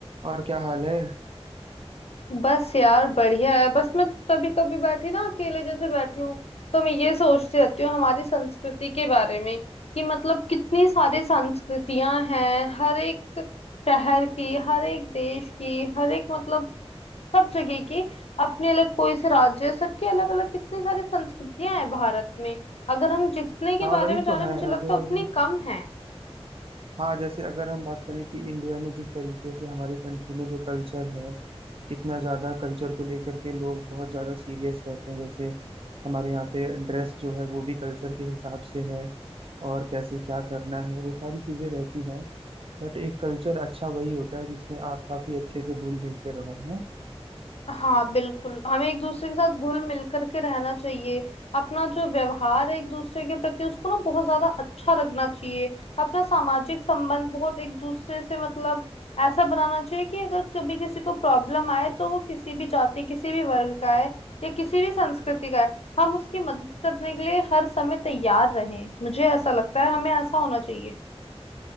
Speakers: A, on the right; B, on the left.
A: और क्या हाल है
B: बस यार बढ़िया है बस मैं कभी कभी बैठी ना अकेले जैसे बैठी हूँ तो मैं ये सोचती रहती हूँ हमारी संस्कृति के बारे में कि मतलब कितनी सारी संस्कृतियां हैं हर एक शहर की हर एक देश की हर एक मतलब सब जगह की अपने अलग कोई से राज्य सबकी अलग अलग कितनी सारी संस्कृतियां हैं भारत में अगर हम जितने के
A: हाँ
B: बारे
A: वही
B: में जाने
A: तो है
B: मुझे लगता
A: अगर
B: है उतनी कम है
A: हाँ जैसे अगर हम बात करें कि इंडिया में जिस तरीके से हमारी कंट्री में जो कल्चर है कितना ज्यादा कल्चर को लेकर के लोग बहुत ज्यादा सीरियस रहते हैं जैसे हमारे यहाँ पे ड्रेस जो है वो भी कल्चर के हिसाब से है और कैसे क्या करना है वो सारी चीजें रहती हैं बट एक कल्चर अच्छा वही होता है जिसमें आप काफी अच्छे से घुल मिल के रहो है ना
B: हाँ बिल्कुल हमें एक दूसरे के साथ घुल मिल करके रहना चाहिए अपना जो व्यवहार है एक दूसरे के प्रति उसको ना बहुत ज्यादा अच्छा रखना चाहिए अपना सामाजिक संबंध बहुत एक दूसरे से मतलब ऐसा बनाना चाहिए कि अगर कभी किसी को प्रॉब्लम आए तो वो किसी भी जाति किसी भी वर्ग का है या किसी भी संस्कृति का है हम उसकी मदद करने के लिए हर समय तैयार रहें मुझे ऐसा लगता है हमें ऐसा होना चाहिए